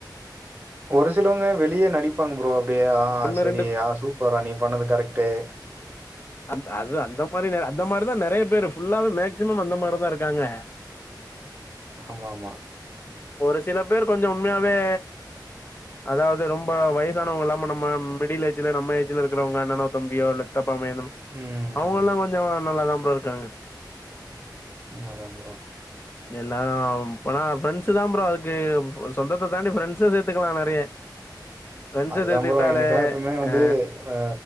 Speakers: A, on the right (about 25°); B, on the left (about 30°).
A: ஒரு சிலவங்க வெளிய நடிப்பாங்க ப்ரோ அப்டிய ஆ
B: ஒன்னு
A: சரி
B: ரெண்டு
A: ஆ சூப்பரா நீ பண்ணது கரெக்ட்டு
B: அ அது அந்த மாரி அந்த மாரிதா நெறைய பேரு ஃபுல்லாவே மேக்சிமம் அந்த மாரிதா இருக்காங்க
A: ஆமாமா
B: ஒரு சில பேர் கொஞ்சம் உண்மையாவே அதாவது ரொம்ப வயசானவங்க இல்லாம நம்ம மிடில் ஏஜ்ல நம்ம ஏஜ்ல இருக்கிறவங்க அண்ணனோ தம்பியோ இல்ல சித்தப்பா மயன்
A: ம்.
B: அவங்க எல்லா கொஞ்சம் நல்லா தான் ப்ரோ இருக்காங்க
A: அதா ப்ரோ
B: எல்லாரும் இப்பனா ஃப்ரெண்ட்ஸ் தா ப்ரோ அதுக்கு சொந்தத்த தாண்டி ஃப்ரெண்ட்ஸ சேத்துக்கலா நெறைய ஃப்ரெண்ட்ஸ
A: அதுதா
B: சேத்துக்கிட்டாலே
A: ப்ரோ எனக்கெல்லா எப்பமே வந்து
B: ஆ
A: ஆ